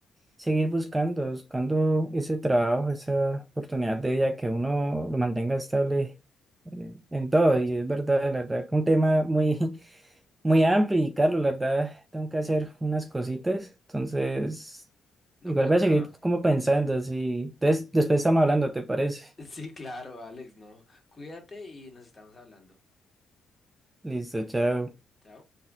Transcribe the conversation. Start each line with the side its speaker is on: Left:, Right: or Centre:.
Right: seguir buscando, buscando ese trabajo, esa oportunidad de vida que uno lo mantenga estable eh, en todo. Y es verdad, la verdad, que un tema muy, <laughs> muy amplio. Y Carlos, la verdad, tengo que hacer unas cositas. Entonces,
Left: No,
Right: igual
Left: pues
Right: voy
Left: nada.
Right: a seguir
Left: <laughs>
Right: como pensando. Así, entonces, después estamos hablando, ¿te parece?
Left: Sí, claro, Alex, no. Cuídate y nos estamos hablando.
Right: Listo, chao.
Left: Chao.